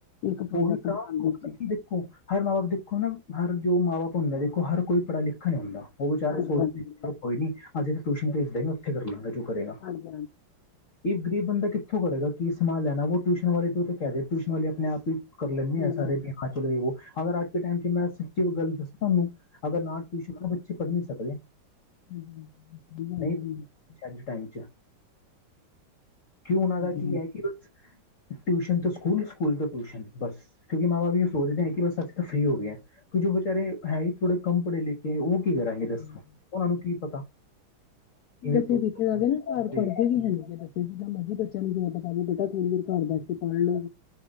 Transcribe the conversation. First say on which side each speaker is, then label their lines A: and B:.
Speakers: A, on the left; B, on the left.
A: ਇੱਕ ਪ੍ਰੋਜੈਕਟ
B: ਉਹੀ
A: ਬਨਾਣ
B: ਤਾਂ
A: ਦੇ
B: ਉਹ
A: ਵਿੱਚ।
B: ਨਹੀਂ। ਹਰ ਮਾਂ ਬਾਪ ਦੇਖੋ ਨਾ ਹਰ ਜੋ ਮਾਂ ਬਾਪ ਹੁੰਦਾ ਦੇਖੋ ਹਰ ਕੋਈ ਪੜ੍ਹਾ ਲਿਖਿਆ ਨਹੀਂ ਹੁੰਦਾ। ਉਹ ਵਿਚਾਰੇ
A: ਹਾਂਜੀ
B: ਸੋਚਦੇ
A: ਹਾਂਜੀ
B: ਕੋਈ ਨੀ ਅੱਜੇ ਤਾਂ ਟਿਊਸ਼ਨ ਭੇਜ ਦ ਕਰ ਲਾਂਗਾ ਜੋ ਕਰੇਗਾ
A: ਹਾਂਜੀ ਹਾਂਜੀ
B: ਇਹ ਗ਼ਰੀਬ ਬੰਦਾ ਕਿੱਥੋਂ ਕਰੇਗਾ ਕੀ ਸਮਾਨ ਲੈਣਾ ਵੋ ਟਿਊਸ਼ਨ ਵਾਲੇ ਤੋਂ ਤਾਂ ਕਹਿ ਦੇਓ ਟਿਊਸ਼ਨ ਵਾਲੇ ਆਪਣੇ ਆਪ ਹੀ। ਕਰ ਲੈਂਦੇ
A: ਹਾਂਜੀ
B: ਆਂ ਸਾਰੇ
A: ਹਾਂਜੀ
B: ਵੀ ਹਾਂ ਚਲੋ ਇਹੋ ਅਗਰ ਅੱਜ ਦੇ ਟੈਮ ਚ ਮੈਂ ਸੱਚੀ ਗੱਲ ਦੱਸਾਂ ਤੁਹਾਨੂੰ। ਅਗਰ ਨਾ ਟਿਊਸ਼ਨ ਹੋ ਤਾਂ ਬੱਚੇ ਪੜ੍ਹ ਨਹੀਂ ਸਕਦੇ।
A: ਹਮ ਗੱਲ
B: ਨਹੀਂ ਅੱਜ ਟਾਈਮ ਚ ਕਿ ਉਹਨਾਂ ਦਾ
A: ਹਾਂਜੀ
B: ਕੀ ਹੈ ਕਿ ਟਿਊਸ਼ਨ ਤੋਂ ਸਕੂਲ ਸਕੂਲ ਤੋਂ ਟਿਊਸ਼ਨ ਬਸ ਕਿਉਂਕਿ ਮਾਂ
A: ਹਾਂਜੀ
B: ਬਾਪ
A: ਹਾਂਜੀ
B: ਏ ਸੋਚਦੇ ਹੈ ਕਿ ਬਸ ਅਸੀਂ। ਫ੍ਰਰੀ ਹੋ ਗਿਆ ਕਿ ਜੋ ਬੇਚਾਰੇ ਹੈਈ ਥੋੜੇ ਕਮ ਪੜ੍ਹੇ ਲਿਖੇ ਉਹ। ਕੀ ਕਰਾਂਗੇ ਦੱਸੋ
A: ਹਾਂਜੀ
B: ਉਹਨਾਂ ਨੂੰ ਕੀ ਪਤਾ। ਕਿਵੇਂ
A: ਵੈਸੇ
B: ਪੜ੍ਹਦੇ
A: ਦੇਖਿਆ ਜਾਵੇ ਨਾ ਘਰ ਪੜਦੇ ਵੀ ਹੈਗੇ ਨੀ ਬੱਚੇ ਜਿੱਦਾਂ ਮਰਜ਼ੀ ਬੱਚਿਆਂ ਨੂੰ ਜ਼ੋਰ ਲਗਾ ਲੋ ਬੇਟਾ ਥੋੜੀ ਦੇਰ। ਘਰ ਬੈਠਕੇ ਪੜ੍ਹ ਲੋ